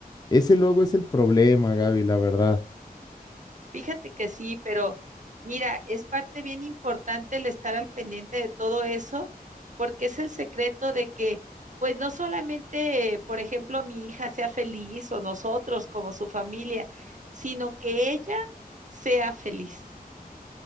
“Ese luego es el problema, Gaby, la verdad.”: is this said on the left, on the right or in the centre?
Left